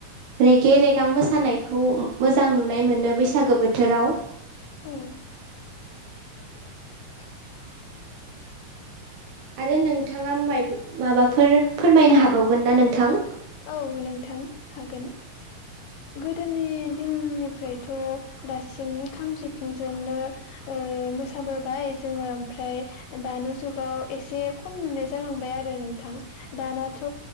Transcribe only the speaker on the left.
औ
औ नोंथां हागोन। गोदोनि दिननिफ्रायथ' दासिम खाम सिफुंजोंनो ओ मोसाबोबाय जोङो ओमफ्राय दानि जुगाव एसे खम नुनाय जालांबाय आरो नों थां दानाथ'